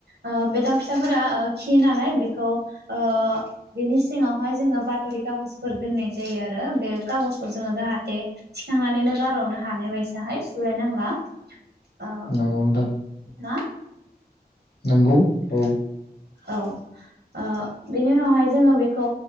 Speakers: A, on the right; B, on the left.
A: ओ बे दाव फिसाफोरा ओ खियो नालाय बिखौ ओ बेनि सिङावहाय जोंङो बाथरि खागजफोर दोननाय जायो आरो बे खागजखौ जोंङो जाहाथे थिखांनानैनो गारहनो हानाय बायसाहाय सुलायनांला। ओ
B: नोंगौ नोंथां
A: खोनादोंना
B: नंगौ औ
A: औ ओ बिनि उनावहाय जोंङो बेखौ